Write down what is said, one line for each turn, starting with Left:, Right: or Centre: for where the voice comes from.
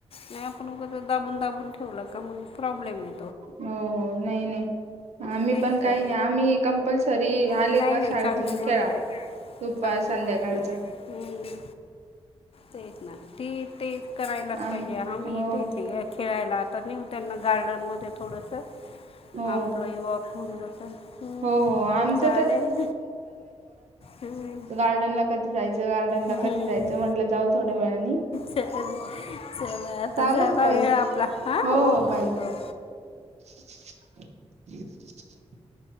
Left: नाही आपण उगच दाबून दाबून ठेवलं का मग प्रॉब्लेम ये
Right: हो हो, नाही नाही आम्ही
Left: तेच
Right: पण काही
Left: तर
Right: नाही आम्ही कंपल्सरी आले
Left: नाही
Right: का
Left: नाही
Right: शाळेतून
Left: चांगली गोष्ट
Right: खेळा.
Left: आहे
Right: दुपार
Left: चांगली
Right: संध्याकाळच
Left: गोष्ट हाय, हम्म. तेच ना ते तेच करायलाच
Right: आम
Left: पाहिजे. आम्ही
Right: हो
Left: तेच खेळायला- - आता नेऊ त्यांना गार्डनमध्ये थोडंसं.
Right: हो
Left: आमपलाही वॉक होऊन जातो. हम्
Right: हो हो आमचं
Left: चालेल. हम्म,
Right: गार्डन ला कधी जायचं? गार्डनला
Left: हम्म.
Right: कधी जायचं म्हटलं जाऊ थोड्या वेळानी
Left: चल चल आता
Right: चालेल
Left: जाला
Right: ताई
Left: वे -- वेळ आपला हा
Right: हो
Left: ओके
Right: बाय बाय
Left: ओ
Right: <inaudible>